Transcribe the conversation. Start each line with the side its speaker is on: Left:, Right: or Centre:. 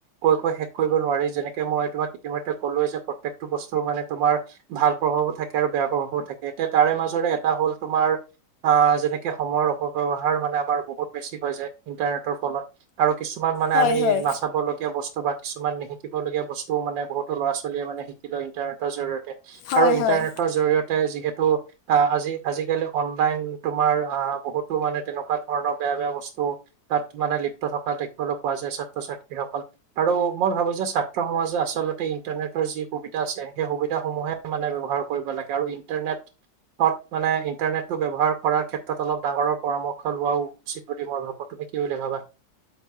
Right: কৈ- কৈ শেষ কৰিব নোৱাৰ পাৰি যেনেকে মই তোমাক ইতিমধ্যে কলো যে প্ৰত্যেকটো বস্তু মানে তোমাৰ ভাল প্ৰভাৱো থাকে আৰু বেয়া প্ৰভাৱ <unintelligible> থাকে এতিয়া তাৰে মাজৰে এটা হ'ল তোমাৰ আহ যেনেকে সময়ৰ অপব্যৱহাৰ মানে আমাৰ বহুত বেছি হয় যায় ইন্টাৰনেটৰ ফলত আৰু কিছুমান মানে
Left: হয় হয়
Right: আমি
Left: হয়
Right: নাচাবলগীয়া বস্ত বা কিছুমান নিশিকিবগীয়া বস্তুও মানে বহুতো ল'ৰা -ছোৱালীয়ে মানে শিকি লয় ইণ্টাৰনেটৰ জৰিয়ত
Left: হয়
Right: আৰু ইন্টাৰনেটৰ
Left: হয়
Right: জৰিয়তে যিহেত ত' আজি -আজিকালি অনলাইন তোমাৰ আ বহুতো মানে তেনেকুৱা ধৰণৰ বেয়া -বেয়া বস্তু তাত মানে লিপ্ত থকা দেখিবলৈ পোৱা যায় ছাত্ৰ -ছাত্ৰীসকল আৰু মই ভাবো যে ছাত্ৰ সমাজে আচলতে ইণ্টাৰনেটৰ যি সুবিধা আছে সেই সুবিধাসমূহে মানে ব্যৱহাৰ কৰিব লাগে আৰু ইটাৰনেটত মানে ইণ্টাৰনেটটো ব্যৱহাৰ কৰাৰ ক্ষেত্ৰত অলপ ডাঙৰৰ পৰামৰ্শ লোৱাও উচিত বুলি মই ভাবোঁ তুমি কি বুলি ভাবা? <inaudible>